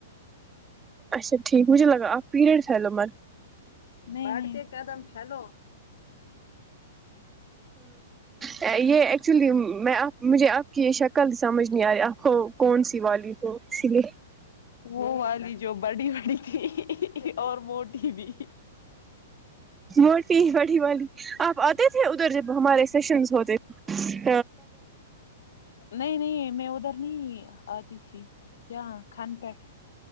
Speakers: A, on the right; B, on the left.
A: اچا ٹھیک مجھے لگا آپ پیرڈ تھالت
B: نہیں قدم فلو
A: ہاں یہ ایکچولی میں آپ مجھے آپ کی یہ شکل سمجھ نہیں آئی آپ کو کون سی والی ا سلی
B: وہ والی جو بڑی بڑی تھی اور موٹی بھی
A: م پٹی پڑی بول آپ آتے تھے ادھر جب ہمارے سیشنز ہوتے تھے
B: نہیں نہیں میں ادھر نہیں آتی تھی کیا کھان پیٹ